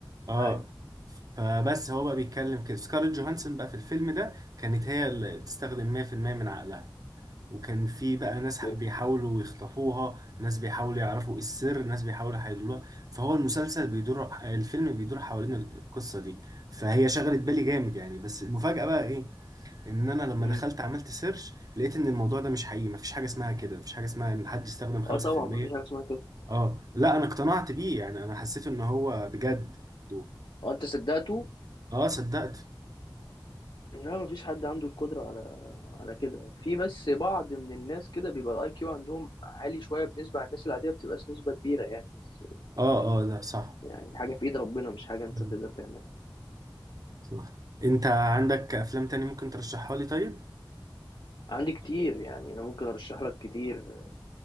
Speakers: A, on the right; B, on the left.
A: اه
B: ايوه
A: فبس هو بقى بيتكلم كده سكارلت جوهانسون بقى في الفيلم ده كانت هي اللي بتستخدم 100% من عقلها وكان في بقى
B: اوكي
A: ناس ح- بيحاولوا يخطفوها ناس بيحاولوا يعرفوا إيه السر ناس بيحاولوا يحللوها فهو المسلسل بيدور الفيلم بيدور حوالين ال- القصة دي فهي شغلت بالي جامد يعني بس المفاجأة بقى ايه ان انا لما
B: امم
A: دخلت عملت سيرش لقيت ان الموضوع ده مش حقيقي مفيش حاجة اسمها كده مفيش حاجة اسمها ان حد يستخدم 5%
B: اه طبعا مفيش حاجه اسمها كده
A: اه لا انا اقتنعت بيه يعني انا حسيت ان هو بجد الموضوع
B: هو انت صدقته
A: اه صدقت
B: لا مفيش حد عنده القدره على على كده في بس بعض من الناس كده بيبقى الاي كيو عندهم عالي شويه بالنسبه عن الناس العاديه بتبقاش نسبه كبيره يعني بس
A: اه اه ده صح
B: يعني حاجه في ايد ربنا مش حاجه انت
A: مم.
B: تقدر تعملها
A: صح انت عندك افلام تاني ممكن ترشحها لي طيب
B: عندي كتير يعني انا ممكن ارشح لك كتير